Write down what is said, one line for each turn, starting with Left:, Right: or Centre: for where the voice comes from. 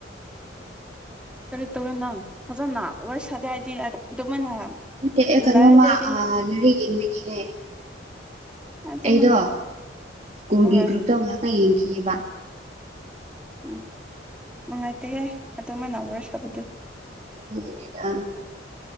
Centre: ꯀꯔꯤ ꯇꯧꯋꯦ ꯅꯪ ꯐꯖꯅ ꯋꯥꯔꯤ ꯁꯥꯗꯦ ꯍꯥꯏꯗꯤ ꯑꯗꯨꯃꯥꯏꯅ
Right: ꯅꯠꯇꯦ ꯑꯦ ꯀꯩꯅꯣꯃ
Centre: ꯂꯥꯏꯔꯗꯤ ꯑꯩꯗꯤ
Right: ꯑ ꯂꯥꯢꯔꯤꯛ ꯌꯦꯡꯕꯒꯤꯅꯦ꯫
Centre: ꯑꯗꯨꯃꯥꯏꯅ
Right: ꯑꯩꯗꯣ ꯁ꯭ꯀꯨꯜꯒꯤ
Centre: ꯍꯣꯏ
Right: ꯒ꯭ꯔꯨꯞꯇ ꯉꯥꯛꯗ ꯌꯦꯡꯈꯤꯕ꯫
Centre: ꯎꯝ ꯅꯨꯡꯉꯥꯏꯇꯦꯍꯦ ꯑꯗꯨꯃꯥꯏꯅ ꯋꯥꯔꯤ ꯁꯥꯕꯗꯨ꯫
Right: ꯑꯗꯨꯒꯤꯅꯤꯗ